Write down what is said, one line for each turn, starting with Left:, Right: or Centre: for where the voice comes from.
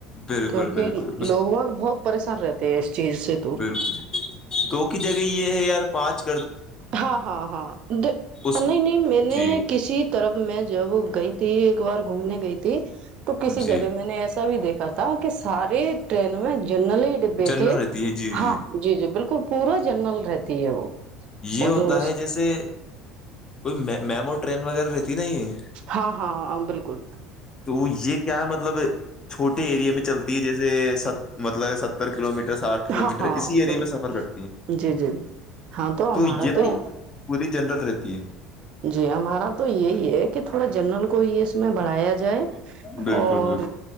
Left: بالکل
Right: کیونکہ
Left: بالکل اس
Right: لوگ و بہت پریشان رہتے ہیں اس چیز سے تو
Left: بالکل توکہ جگہ یہ ہے یار پانچ ہی
Right: ہا ہا ہا
Left: اس
Right: نہیں نہیں میں نے
Left: جی
Right: کسی طرف میں جب گئی تھی ایک بار گھومنے گئی تھی تو کسی
Left: جی
Right: جگہ میں نے ایسا بھی دیکھا کہ تھا کہ ساری ٹرین میں جنرل ہی ڈبے
Left: جنرل
Right: تھے
Left: رہتی ہے جی
Right: ہاں جی جی بالکل پورا جنرل رہتی ہے وہ
Left: یہ
Right: اور
Left: ہوتا
Right: جو
Left: ہے جیسے کوئی میمو ٹرین وغیرہ رہ نہیں
Right: ہاں ہاں بالکل
Left: تو وہ یہ کیا ہے مطلب ملب چھوٹے اریے میں چلتی ہے جیسے مطلب ستر کلو میٹر ساٹھ کلو
Right: ہا
Left: میٹر
Right: ہا
Left: اسی ایریے
Right: بالکل
Left: میں سفر کرتی ہے
Right: جی جی ہاں تو ہمارا
Left: یہ پوری
Right: تو ہی
Left: جنرل رہتی ہے
Right: جی ہمارا تو یہی ہے کہ تھوڑا جنرل کوئی میں بڑھایا جائے
Left: بالکل
Right: اور
Left: بالکل